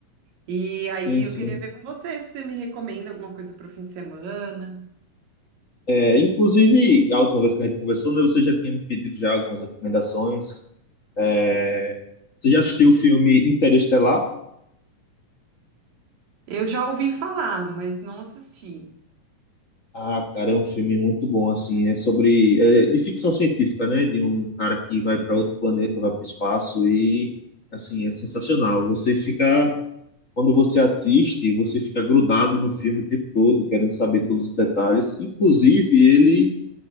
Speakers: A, on the right (about 85°); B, on the left (about 40°).
A: E aí
B: sim,
A: eu
B: sim.
A: queria ver com você se você me recomenda alguma coisa pro fim de semana.
B: É, inclusive, a última vez que a gente conversou, né, você já tinha me pedido já algumas recomendações. É, você já assistiu o filme Interestelar?
A: Eu já ouvi falar, mas não assisti.
B: Ah, cara, é um filme muito bom, assim, é sobre, é de ficção científica, né, de um cara que vai para outro planeta, vai para o espaço e, assim, é sensacional. Você fica, quando você assiste, você fica grudado no filme o tempo todo, querendo saber todos os detalhes. Inclusive, ele